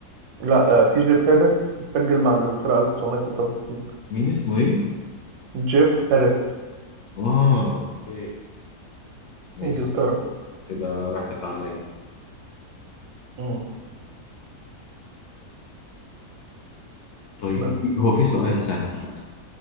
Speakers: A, on the right; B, on the left.
A: لا آه، في جيف هيرست سجل مع إنجلترا 1966
B: مين اسمه ايه
A: جيف هيرست
B: اه اوكي ماشي
A: إنجلترا
B: كده راحت عليا
A: مم.
B: طيب
A: بس
B: في- هو في سؤال سهل